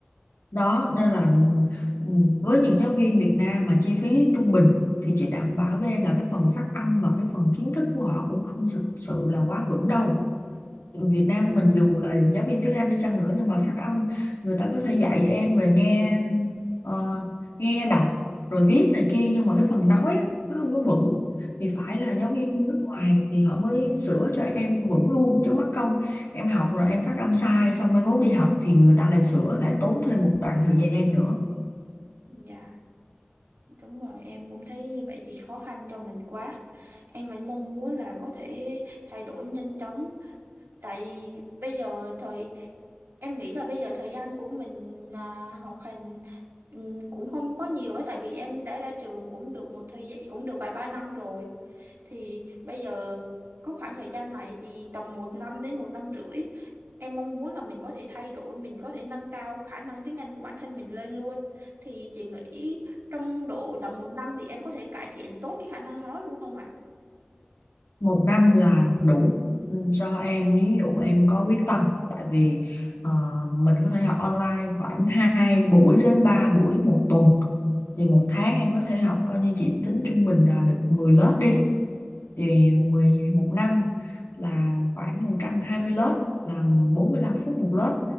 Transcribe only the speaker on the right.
Ừ.
Ừ,
Dạ đúng rồi em cũng thấy như vậy thì khó khăn cho mình quá em vẫn mong muốn là có thể thay đổi nhanh chóng tại bây giờ thời em nghĩ là bây giờ thời gian của mình à, học hành ừm, cũng không có nhiều ấy tại vì em đã ra trường cũng được một thời gian cũng được vài ba năm rồi thì bây giờ có khoảng thời gian này thì tầm một năm đến một năm rưỡi em mong muốn là mình có thể thay đổi mình có thể nâng cao khả năng tiếng Anh của bản thân mình lên luôn thì chị nghĩ trong độ tầm một năm thì em có thể cải thiện tốt cái khả năng nói luôn không ạ?